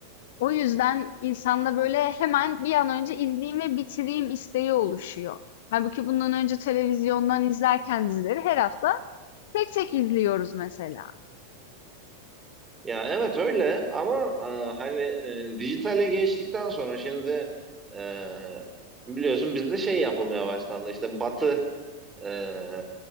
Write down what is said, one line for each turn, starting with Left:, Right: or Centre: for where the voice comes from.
Left: O yüzden insanda böyle hemen bir an önce izleyeyim ve bitireyim isteği oluşuyor. Halbuki bundan önce televizyondan izlerken dizileri her hafta tek tek izliyoruz mesela.
Right: Ya evet öyle ama e, hani e, dijitale geçtikten sonra şimdi e, biliyorsun bizde şey yapılmaya başlandı. İşte Batı e,